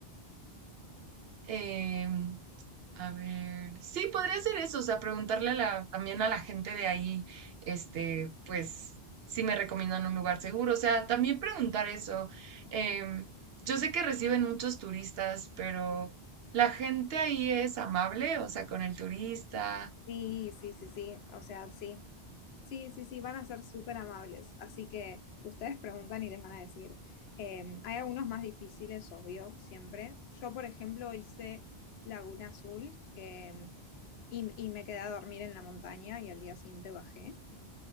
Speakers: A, on the right; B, on the left.
A: Em, A ver, sí, podría ser eso, o sea, preguntarle a la- también a la gente de ahí, este, pues, si me recomiendan un lugar seguro, o sea, también preguntar eso. Em, yo sé que reciben muchos turistas, pero la gente ahí es amable, o sea, con el turista,
B: Sí, sí, sí, sí, o sea, sí, sí, sí, sí, van a ser súper amables, así que ustedes preguntan y les van a decir, Eh, hay algunos más difíciles, obvio, siempre. Yo, por ejemplo, hice Laguna Azul que, y, y me quedé a dormir en la montaña y al día siguiente bajé.